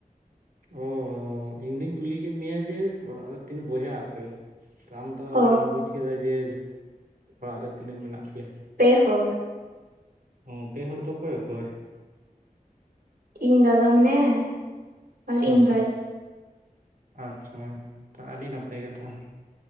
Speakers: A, on the right; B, on the right.
A: ᱚ ᱤᱧ ᱫᱩᱧ ᱠᱩᱞᱤ ᱠᱮᱫ ᱢᱮᱭᱟ ᱡᱮ ᱚᱲᱟᱜ ᱨᱮ ᱛᱤᱱ ᱵᱚᱭᱦᱟᱜ ᱟᱯᱮ? ᱟᱢᱫᱚ ᱟᱫᱚᱢ
B: ᱚ
A: ᱵᱩᱡᱽ ᱠᱮᱫᱟ ᱡᱮ ᱚᱲᱟᱜ ᱨᱮ ᱛᱤᱱᱟᱹᱜ ᱢᱮᱱᱟᱜ ᱯᱮᱭᱟ?
B: ᱯᱮ ᱦᱚᱲ᱾
A: ᱚ ᱯᱮ ᱦᱚᱲ ᱫᱚ ᱚᱠᱚᱭ ᱚᱠᱚᱭ?
B: ᱤᱧ ᱫᱟᱫᱟ ᱢᱮᱱᱟᱭᱟ ᱟᱨ
A: ᱦᱩᱸ
B: ᱤᱧ ᱵᱷᱟᱭ᱾
A: ᱟᱪᱪᱷᱟ ᱛᱚ ᱟᱹᱰᱤ ᱱᱟᱯᱟᱭ ᱠᱟᱛᱷᱟ ᱾